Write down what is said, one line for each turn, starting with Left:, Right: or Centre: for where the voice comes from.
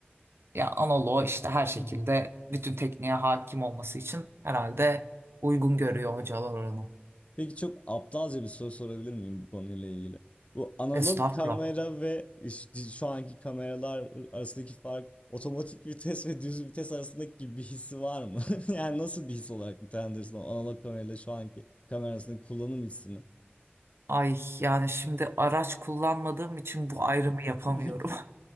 Right: Ya analoğu işte her şekilde
Left: <laughs>
Right: bütün tekniğe hakim olması için herhalde uygun görüyor hocalar onu.
Left: Peki çok aptalca bir soru sorabilir miyim bu konuyla ilgili? Bu analog
Right: Estağfurullah.
Left: kamera ve işte şu anki kameralar arasındaki fark otomatik vites ve düz vites arasındaki bir hissi var mı? <laughs> Yani nasıl bir his olarak nitelendirirsin o analog kamerayla şu anki kamera arasındaki kullanım hissini?
Right: Ay yani şimdi araç kullanmadığım için bu ayrımı yapamıyorum.
Left: <laughs>